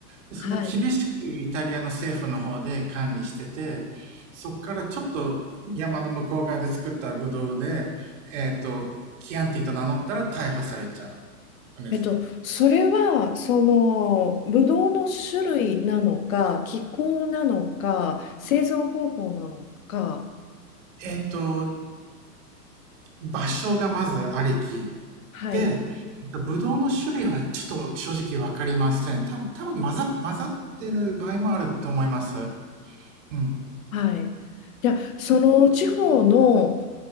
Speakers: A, on the right (about 50°); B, on the left (about 55°).
A: でそれは厳しくイタリアの政府の方で管理してて、
B: はい。
A: そこからちょっと山の向こう側で作ったブドウで、えっ、と、キアンティと名乗ったら逮捕されちゃうんです。
B: えっと、それは、その、ぶどうの種類なのか、気候なのか、製造方法なのか、
A: えっ、と、場所がまずありき。
B: はい、
A: で、ブドウの種類はちょっと正直わかりません。多分、多分混ざ、混ざってる場合もあると思います。うん。
B: はい。じゃあ、その地方の